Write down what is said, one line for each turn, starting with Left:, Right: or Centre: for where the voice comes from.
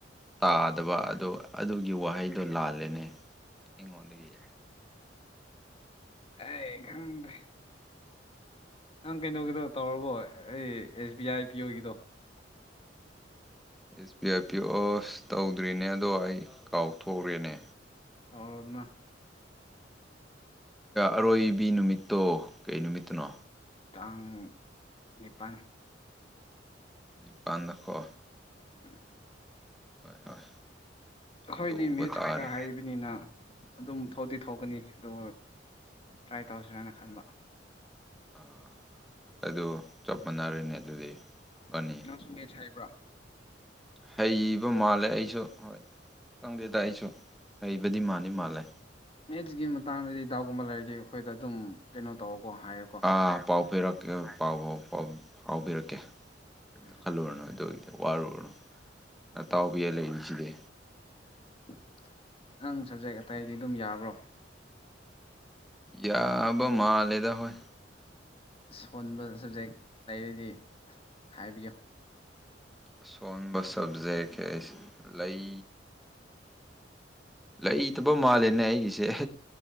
Centre: ꯇꯥꯗꯕ ꯑꯗꯣ ꯑꯗꯨꯒꯤ ꯋꯥꯍꯩꯗꯣ ꯂꯥꯜꯂꯦꯅꯦ ꯑꯩꯉꯣꯟꯗꯒꯤ
Left: ꯑꯦ ꯈꯪꯗꯦ ꯅꯪ ꯀꯩꯅꯣꯒꯤꯗꯣ ꯇꯧꯔꯕꯣ ꯑꯩ ꯑꯦꯁ B I P ꯑꯣꯒꯤꯗꯣ
Centre: S B I P ꯑꯣꯁ ꯇꯧꯗ꯭ꯔꯤꯅꯦ ꯑꯗꯣ ꯑꯩ ꯀꯥꯎꯊꯣꯛꯎꯔꯦꯅꯦ꯫
Left: ꯇꯧꯔꯣꯗꯅ
Centre: ꯑꯔꯣꯏꯕꯤ ꯅꯨꯃꯤꯠꯇꯣ ꯀꯩ ꯅꯨꯃꯤꯠꯇꯅꯣ?
Left: ꯇꯥꯡ ꯅꯤꯄꯥꯟ
Centre: ꯅꯤꯄꯥꯟꯗꯀꯣ
Left: ꯎꯝ
Centre: ꯍꯣꯏ
Left: ꯑꯈꯣꯏꯗꯤ
Centre: ꯇꯧꯕ
Left: ꯃꯦꯠ
Centre: ꯇꯥꯔꯦ
Left: ꯈꯔ ꯍꯥꯏꯕꯅꯤꯅ ꯑꯗꯨꯝ ꯊꯣꯛꯗꯤ ꯊꯣꯛꯀꯅꯤ ꯑꯗꯨ ꯇ꯭ꯔꯥꯏ ꯇꯧꯁꯔꯅ ꯈꯟꯕ꯫
Centre: ꯑꯥ ꯑꯗꯨ ꯆꯞ ꯃꯥꯟꯅꯔꯅꯦ ꯑꯗꯨꯗꯤꯅꯤ ꯕꯥꯅꯤ
Left: ꯅꯪ ꯁꯨ ꯃꯦꯠꯆ ꯍꯩꯕ꯭ꯔꯥ?
Centre: ꯍꯩꯕ ꯃꯥꯜꯂꯦ ꯑꯩꯁꯨ ꯍꯣꯏ ꯈꯪꯗꯦꯗ ꯑꯩꯁꯨ ꯍꯩꯕꯗꯤ ꯃꯥꯟꯗꯤ ꯃꯥꯜꯂꯦ꯫
Left: ꯃꯦꯠꯁꯀꯤ ꯃꯇꯥꯡꯗꯗꯤ ꯗꯥꯎꯠꯒꯨꯝꯕ ꯂꯩꯔꯗꯤ ꯑꯩꯈꯣꯏꯗ ꯑꯗꯨꯝ ꯀꯩꯅꯣ ꯇꯧꯀꯣ ꯍꯥꯏꯌꯣ
Centre: ꯑꯥ ꯄꯥꯎ ꯄꯤꯔꯛꯀꯦ ꯄꯥꯎ ꯄꯥꯎ ꯐꯥꯎꯕꯤꯔꯛꯀꯦ꯫ ꯀꯩꯝꯇ
Left: ꯎꯝ
Centre: ꯈꯜꯂꯨꯔꯅꯨ ꯑꯗꯨꯒꯤꯗ ꯋꯥꯔꯨꯔꯅꯨ ꯅꯇꯥꯎꯕꯤꯌꯦ ꯂꯩꯔꯤ ꯁꯤꯗꯤ꯫
Left: ꯎꯝ ꯅꯪ ꯁꯞꯖꯦꯛ ꯑꯇꯩꯗꯤ ꯑꯗꯨꯝ ꯌꯥꯕ꯭ꯔꯣ?
Centre: ꯌꯥꯕ ꯃꯥꯜꯂꯦꯗ ꯍꯣꯏ꯫
Left: ꯁꯣꯟꯕ ꯁꯕꯖꯦꯛ ꯂꯩꯔꯗꯤ ꯍꯥꯏꯕꯤꯌꯣ꯫
Centre: ꯑꯁꯣꯟꯕ ꯁꯕꯖꯦꯛ ꯂꯩ ꯂꯩꯇꯕ ꯃꯥꯜꯂꯦꯅꯦ ꯑꯩꯒꯤꯁꯦ